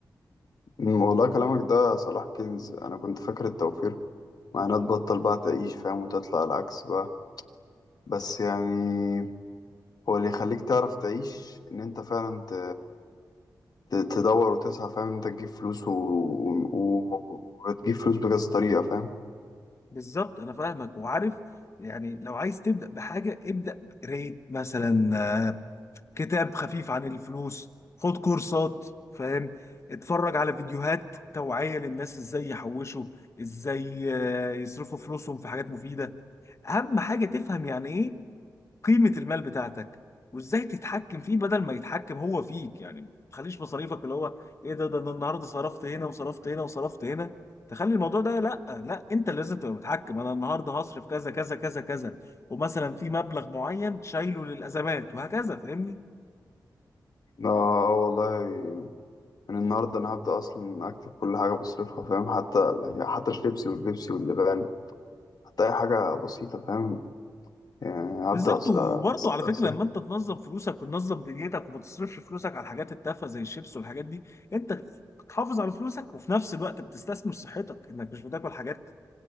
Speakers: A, on the left; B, on the left.
A: أمم، والله كلامك ده يا صلاح كنز أنا كنت فاكر التوفير معناه تبطل بقى تعيش فاهم وتطلع العكس بقى بس يعني هو اللي يخليك تعرف تعيش إن أنت فعلا ت... ت- تدور وتسعى فاهم إن أنت تجيب فلوس و... و... وتجيب فلوس بكذا طريقة فاهم
B: بالظبط انا فاهمك وعارف يعني لو عايز تبدا بحاجه ابدا ريت مثلا آه، كتاب خفيف عن الفلوس خد كورسات فاهم اتفرج على فيديوهات توعيه للناس ازاي يحوشوا ازاي آه، يصرفوا فلوسهم في حاجات مفيده اهم حاجه تفهم يعني ايه قيمة المال بتاعتك وازاي تتحكم فيه بدل ما يتحكم هو فيك يعني ما تخليش مصاريفك اللي هو ايه ده ده أنا النهارده صرفت هنا وصرفت هنا وصرفت هنا تخلي الموضوع ده لا لا انت اللي لازم تبقى متحكم انا النهارده هصرف كذا كذا كذا كذا ومثلا في مبلغ معين شايله للازمات وهكذا فاهمني
A: اه آه، والله من النهاردة أنا هبدأ أصلا أكتب كل حاجة بصرفها فاهم حتى يعني حتى الشيبسي والبيبسي واللبان حتى أي حاجة بسيطة فاهم يعني
B: بالظبط
A: هبدأ أص-
B: وبرضه
A: أحسب
B: على فكره
A: أحسب
B: لما انت تنظم فلوسك وتنظم دنيتك وما تصرفش فلوسك على الحاجات التافهه زي الشيبس والحاجات دي انت بتحافظ على فلوسك وفي نفس الوقت بتستثمر صحتك انك مش بتاكل حاجات